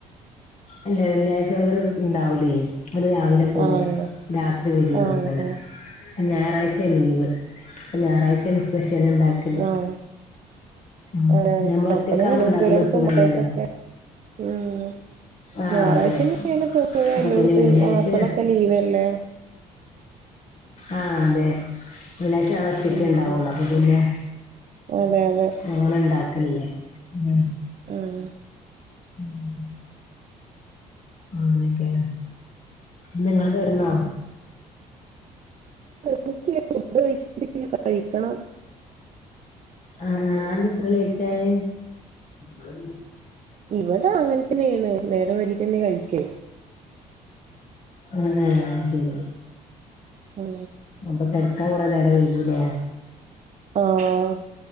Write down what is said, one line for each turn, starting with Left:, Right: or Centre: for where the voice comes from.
Left: അല്ല വെള്ളിയാഴ്ച്ച അവര് ഇണ്ടാവൂലേ അവര് രാവിലെ ഓഹ്
Right: ആഹ്
Left: രാത്രി വരുള്ളുന്ന്
Right: ആഹ്
Left: പറഞ്ഞു ഞായറാഴ്ച്ചയാ ലീവ് ഞായറാഴ്ച്ചാണ് സ്പെഷ്യല് ഇണ്ടാക്കല്
Right: ആഹ്
Left: മ്
Right: ആഹ്
Left: ഞമ്മളൊറ്റക്കാവുമ്പ
Right: അപ്പഴേ
Left: ഇണ്ടാക്കുമ്പോ
Right: എല്ലോടത്തും
Left: സുഖല്ലല്ലോ
Right: മക്കൾക്കൊക്കെ ഉം
Left: ആഹ്
Right: ഞായറാഴ്ച്ചന്നെ
Left: അതെ
Right: <unintelligible>
Left: അപ്പൊ
Right: എല്ലോട്തേം
Left: പിന്നെ വെള്ളിയാഴ്ച
Right: മക്കളൊക്കെ ലീവല്ലേ
Left: ആഹ് അതെ വെള്ളിയാഴ്ച്ച ഞാനൊറ്റെക്കെ
Right: ഉം
Left: ഇണ്ടാവുള്ളു അപ്പപിന്നെ
Right: അതെ അതെ
Left: ഇങ്ങള്ണ്ടാക്കലില്ലേ ഉം
Right: ആഹ്
Left: മ് ആന്നിക്കെ നിങ്ങള് കെടന്ന
Right: <inaudible> ഫുഡ് കഴിച്ചിട്ടില്ല കഴിക്കണം
Left: ആഹ് അതന്തെ ഇത്ര ലേറ്റായേ മ്
Right: ഇവിട അങ്ങനെ തന്നേണ് നേരം വൈകീട്ട്ന്നെ കഴിക്കൂ
Left: ആഹ് ശെരി
Right: മ്
Left: അപ്പൊ കെടക്കാൻ കുറേ നേരം വൈകൂലേ
Right: ആഹ്